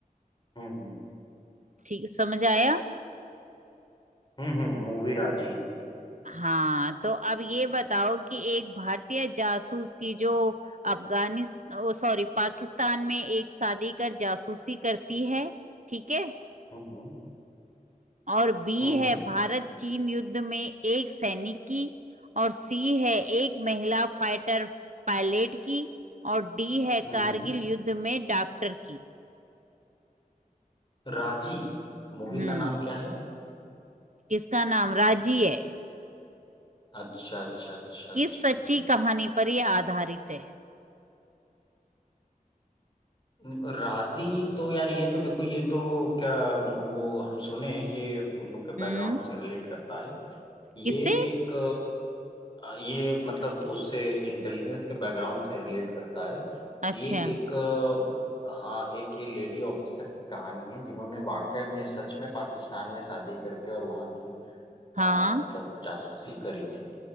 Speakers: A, on the left (about 30°); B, on the right (about 55°).
A: हम्म
B: ठीक समझ आया
A: हम्म हम्म मूवी राजी
B: हाँ तो अब ये बताओ कि एक भारतीय जासूस की जो अफगानिस्तान ओ सॉरी पाकिस्तान में एक शादी कर जासूसी करती है ठीक है
A: हम्म
B: और बी
A: हम्म
B: है
A: हम्म
B: भारत चीन युद्ध में एक सैनिक की और सी है एक महिला फाइटर पायलट की और डी है
A: हम्म
B: कारगिल
A: हम्म।
B: युद्ध में डॉक्टर की
A: राजी मूवी
B: हम्म
A: का नाम क्या है
B: किसका नाम राजी है
A: अच्छा अच्छा अच्छा अच्छा
B: किस सच्ची कहानी पर यह आधारित है
A: म, राजी तो यार ये तो देखो ये तो क्या वो हम सुने ये हम लोग के बैकग्राउंड
B: हम्म
A: से रिलेट करता है ये
B: किससे
A: एक अ, ये मतलब उससे इंटेलिजेंस के बैकग्राउंड से रिलेट करता है
B: अच्छा
A: ये एक अ, हाँ एक ये लेडी ऑफिसर की कहानी है जिन्होंने वाकई में सच में पाकिस्तान में शादी करके और वहाँ की अ,
B: हाँ
A: मतलब जासूसी करी थी